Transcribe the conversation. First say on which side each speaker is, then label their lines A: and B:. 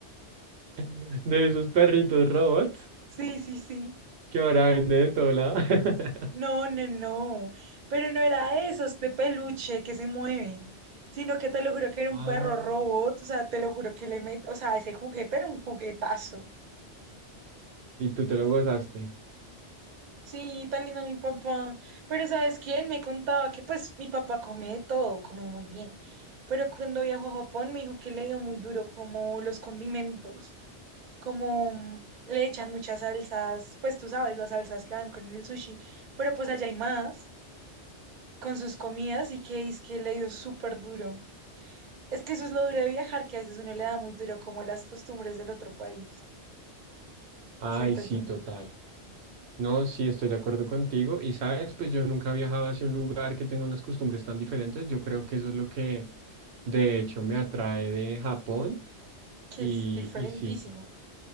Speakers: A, on the right; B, on the right.
A: <laughs> De esos perritos robots
B: Sí, sí, sí.
A: que ahora venden en todo lado. <laughs>
B: No, no, no. Pero no era de esos de peluche que se mueven, sino que te lo juro que era un
A: Ah,
B: perro robot. O sea, te lo juro que le met... O sea, ese juguete era un juguetazo.
A: y tú te lo gozaste.
B: Sí, tan lindo mi papá. Pero ¿sabes qué? Él me contaba que pues mi papá come de todo, come muy bien. Pero cuando viajó a Japón me dijo que le dio muy duro como los condimentos, como mm, le echan muchas salsas, pues tú sabes, las salsas que van con el sushi. Pero pues allá hay más con sus comidas y que es que le dio súper duro. Es que eso es lo duro de viajar, que a veces uno le da muy duro como las costumbres del otro país.
A: Ay,
B: Siento
A: sí,
B: yo,
A: total. No, sí, estoy de acuerdo contigo. Y sabes, pues yo nunca he viajado hacia un lugar que tenga unas costumbres tan diferentes. Yo creo que eso es lo que de hecho me atrae de Japón.
B: que
A: Y,
B: es diferentísimo.
A: y sí.